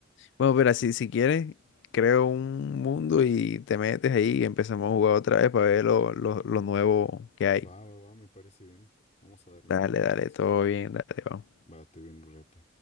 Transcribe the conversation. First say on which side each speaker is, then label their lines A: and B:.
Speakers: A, on the left (about 60°); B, on the left (about 35°).
A: Bueno, pero así, si quieres, creo un mundo y te metes ahí y empezamos a jugar otra vez para ver lo, lo, lo nuevo que hay.
B: Va, va, va, me parece bien. Vamos a darle
A: Dale,
B: un rato entonces.
A: dale, todo bien, dale, vamos.
B: Va, te veo en un rato.